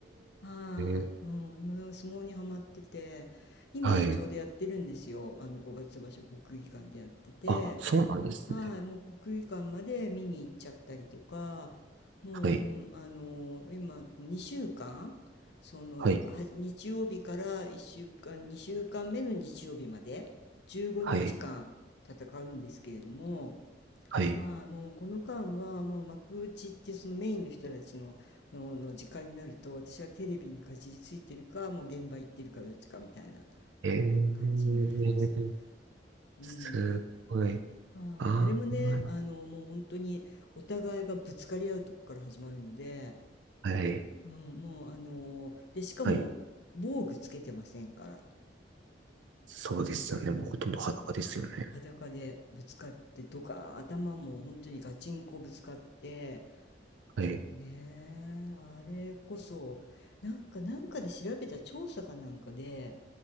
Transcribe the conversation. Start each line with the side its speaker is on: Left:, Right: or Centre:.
Left: はい。
Right: ー、
Left: うん。今なんか相撲にはまってて、今ちょうどやってるんですよ。
Right: はい。
Left: あの、五月場所国技館でやってて、
Right: あ、そうなんですね。
Left: はい、もう国技館まで見に行っちゃったりとか、もう、
Right: はい。
Left: うん、あの今2週間、そのは日曜日から1週間、
Right: はい。
Left: 2週間目の日曜日まで15日間戦うんですけれども、
Right: はい。はい。
Left: はい、もうこの間はもう幕内ってそのメインの人たちの、の、の時間になると私はテレビにかじりついてるかもう現場行ってるかどっちかみたいな
Right: えー、
Left: 感じになってます。うん
Right: すごい。
Left: はいあれもね、
Right: あー、
Left: あの、もう本当にお互いがぶつかり合うとこから始まるので、
Right: はい。
Left: うん、もうあの、で、しかも防具つけてませんから、
Right: はい。そうですよね。
Left: うん、
Right: もうほとんど裸ですよね。
Left: 裸でぶつかってドカーン、頭も本当にガチンコぶつかって、
Right: はい。
Left: ねえ、あれこそ、なんか、なんかで調べた調査かなんかで、